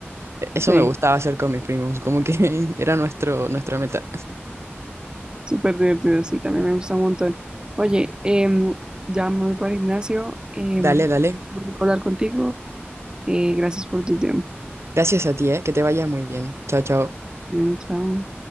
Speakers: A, on the right; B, on the right.
A: E- Eso
B: Sí,
A: me gustaba hacer con mis primos, como que <laughs> era nuestro, nuestra meta.
B: súper divertido, sí, también me gusta un montón. Oye, em, ya me voy para el gimnasio. em,
A: Dale, dale.
B: voy a hablar contigo. eh, gracias por tu tiempo.
A: Gracias a ti, eh, que te vaya muy bien. Chao, chao.
B: Bueno, chao.